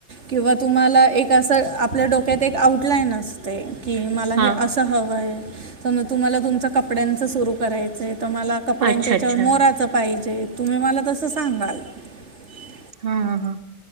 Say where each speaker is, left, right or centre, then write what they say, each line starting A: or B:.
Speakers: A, on the right; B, on the right.
A: किंवा तुम्हाला एक असं आपल्या डोक्यात एक आउटलाईन असते की मला
B: हा
A: हे असं हवं आहे समजा तुम्हाला तुमच कपड्यांच सुरू करायचंय - तर मला कपड्यांच्याच्यावर
B: अच्छा अच्छा
A: मोराचं पाहिजे तुम्ही मला तसं <unintelligible>
B: हां हां हां.